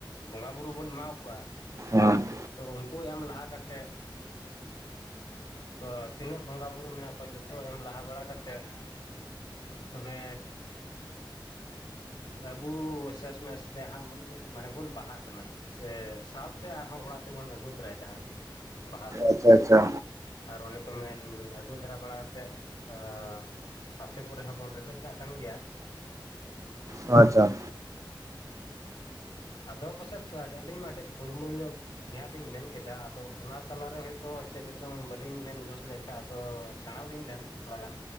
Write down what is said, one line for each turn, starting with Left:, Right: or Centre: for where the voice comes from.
Left: ᱵᱚᱸᱜᱟ ᱵᱳᱨᱳ ᱵᱚᱱ ᱮᱢᱟ ᱠᱚᱣᱟ।
Right: ᱦᱩᱸ
Left: ᱛᱚ ᱩᱱᱠᱩ ᱮᱢ ᱞᱟᱦᱟ ᱠᱟᱛᱮᱫ ᱛᱚ ᱛᱤᱱᱟᱹᱜ ᱵᱚᱸᱜᱟᱼ ᱵᱩᱨᱩ ᱢᱮᱱᱟᱜ ᱠᱚᱣᱟ ᱡᱚᱛᱚ ᱮᱢ ᱞᱟᱦᱟ ᱵᱟᱲᱟ ᱠᱟᱛᱮᱫ, ᱛᱚᱵᱮ ᱟᱵᱚ ᱥᱮᱥ ᱢᱮᱥ ᱨᱮᱭᱟᱜ ᱦᱟᱸᱜ ᱵᱚᱱ। ᱢᱟᱱᱮ ᱵᱚᱱ ᱵᱟᱦᱟᱜ ᱠᱟᱱᱟ ᱥᱮ ᱥᱟᱶᱛᱮ ᱟᱨᱦᱚᱸ ᱚᱲᱟᱜ ᱛᱮᱵᱚᱱ ᱟᱹᱜᱩ ᱛᱟᱨᱟᱭ ᱮᱫᱟ ᱦᱟᱸᱜ᱾ ᱵᱟᱦᱟ ᱫᱚ
Right: ᱟᱪᱪᱷᱟ ᱟᱪᱪᱷᱟ
Left: ᱟᱨ ᱚᱱᱮ ᱠᱚ ᱢᱮᱱ ᱟᱹᱜᱩ ᱫᱟᱨᱟ ᱵᱟᱲᱟ ᱠᱟᱛᱮᱫ, ᱟ ᱥᱟᱛᱮ ᱠᱚᱨᱮ ᱦᱚᱸ ᱵᱚᱱ ᱨᱮᱵᱮᱫ ᱟᱠᱟᱟᱜ ᱠᱟᱱ ᱜᱮᱭᱟ।
Right: ᱟᱪᱪᱷᱟ
Left: ᱟᱫᱚ ᱯᱟᱥᱮᱡ ᱟᱹᱞᱤᱧ ᱢᱟ ᱟᱹᱰᱤ ᱛᱩᱞᱢᱩᱞ ᱧᱚᱜ ᱜᱮ ᱦᱟᱸᱜ ᱞᱤᱧ ᱢᱮᱱ ᱠᱮᱫᱟ, ᱟᱫᱚ ᱚᱱᱟ ᱛᱟᱞᱟᱨᱮ ᱦᱚᱭ ᱛᱚ ᱪᱮᱫ ᱠᱚᱪᱚᱝ ᱵᱟᱹᱞᱤᱧ ᱢᱮᱱ ᱡᱚᱥ ᱞᱮᱠᱷᱟᱱ ᱟᱫᱚ ᱥᱮᱬᱟ ᱟᱹᱞᱤᱧ ᱵᱮᱱ ᱛᱷᱚᱲᱟ ᱜᱟᱱ।